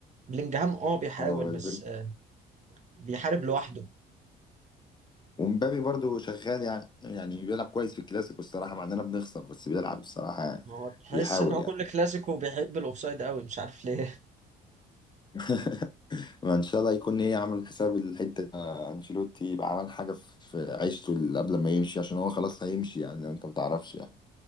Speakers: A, on the right; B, on the left.
A: بلينجهام اه بيحاول
B: هو
A: بس آه، بيحارب لوحده
B: ومبابي برضو شغال يعني يعني بيلعب كويس في الكلاسيكو الصراحة مع اننا بنخسر بس بيلعب الصراحة يعني
A: هو تحس
B: بيحاول
A: ان هو
B: يعني
A: كل كلاسيكو بيحب الاوفسايد قوي مش عارف ليه
B: <laughs> ما ان شاء الله يكون ايه عامل حساب الحتة دي. آه، انشيلوتي يبقى عمل حاجة في عيشته اللي قبل ما يمشي عشان هو خلاص هيمشي يعني انت ما تعرفش يعني